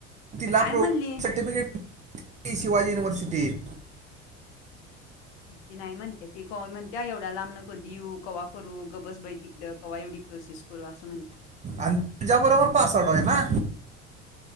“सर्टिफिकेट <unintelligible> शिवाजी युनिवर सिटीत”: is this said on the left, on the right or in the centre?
Right